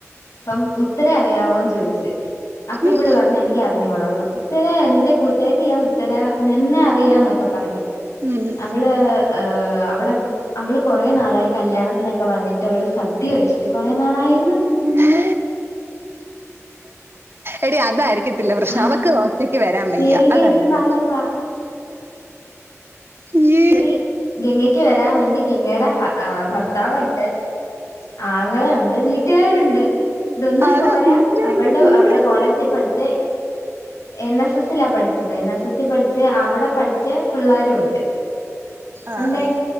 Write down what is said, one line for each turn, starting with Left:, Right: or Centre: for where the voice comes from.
Left: അപ്പം ഉത്തര അറിയാവോന്ന് ചോയിച്ച് അപ്പൊ
Right: ഉം
Left: ഇവള് പറ- എനിക്ക് അറിഞ്ഞൂടാന്ന് ഉത്തര എന്റെ കൂട്ടുകരിയാ ഉത്തര നിന്നെ അറിയാം എന്നൊക്കെ പറഞ്ഞ്
Right: ഉം
Left: അവള് അവടെ അവള് ആളായി കല്യാണത്തിനൊക്കെ വന്നിട്ട് അവള് സദ്യ കഴിച്ചിട്ട് കുറെ നാളായീന്ന്
Right: അമ്മേ എടീ അതായിരിക്കും <unintelligible> പ്രശ്നം
Left: ആഹ്
Right: അവൾക്ക് ഒറ്റയ്ക്ക് വരാൻ വയ്യാ
Left: ദേവിക
Right: അതായിരിക്കും
Left: എടുത്ത് പറയുവാ.
Right: ഇയ്യേ
Left: എടി ഗംഗയ്ക്ക് വരാൻ വേണ്ടി ഗംഗയുടെ ഭർത്താവുണ്ട് ആങ്ങള ഉണ്ട് വീട്ടുകാരുണ്ട് ഇതൊന്നും
Right: അതാ
Left: പോരാ
Right: പിന്നെ
Left: അവളുടെ
Right: അതിന്റെ കൂടെ
Left: അവളുടെ കോളേജ് പഠിച്ച എൻ എസ് എസ് ലാ പഠി ഠിച്ചത് എൻ എസ് എസി പഠിച്ച അവിടെ പഠിച്ച പിള്ളേരും ഉണ്ട്
Right: ആഹ്
Left: ഉണ്ടേ
Right: ആഹ്